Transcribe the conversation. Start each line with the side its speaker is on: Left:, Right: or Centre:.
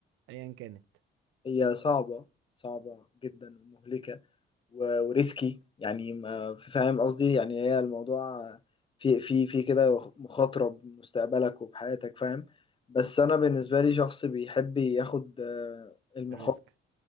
Right: ايا كانت
Left: هي صعبة صعبة جدا ومهلكة و- وريسكي يعني ما فاهم قصدي يعني هي الموضوع في في في كده مخاطرة بمستقبلك وبحياتك فاهم بس انا بالنسبة لي شخص بيحب ياخد آه، المخاطر
Right: الريسك